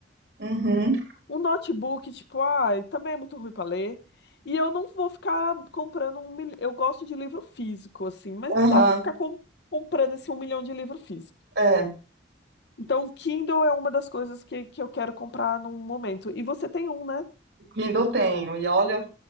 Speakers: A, on the right; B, on the left.
A: Uhum,
B: um notebook, tipo, ai, também é muito ruim para ler. E eu não vou ficar comprando um milhão. Eu gosto de livro físico, assim, mas não
A: aham,
B: dá para ficar com- comprando esse um milhão de livro físico.
A: é,
B: Então, o Kindle é uma das coisas que, que eu quero comprar num momento. E você tem um, né?
A: ainda eu tenho. E olha,